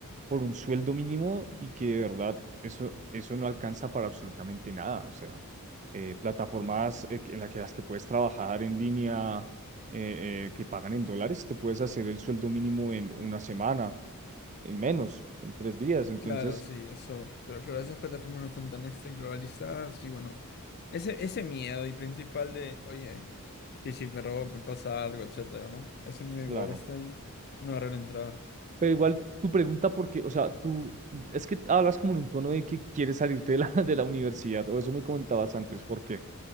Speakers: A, on the right (about 35°); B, on the left (about 45°).
A: por un sueldo mínimo y que de verdad eso, eso no alcanza para absolutamente nada. O sea, eh, plataformas eh, que- en las que, las que puedes trabajar en línea eh, eh, que pagan en dólares, te puedes hacer el sueldo mínimo en una semana, en menos, en tres días. Entonces,
B: Claro, sí, eso. Pero claro, esas plataformas no están tan este, globalizadas y bueno. Ese, ese miedo y principal de, oye, y si me robo, me pasa algo, etcétera, ¿no? Ese miedo igual
A: claro.
B: está ahí. Una barrera entrada. <clears throat>
A: Pero igual tu pregunta, porque, o sea, tú es que hablas como en un tono de que quieres salirte de la, <laughs> de la universidad, o eso me comentabas antes, ¿por qué?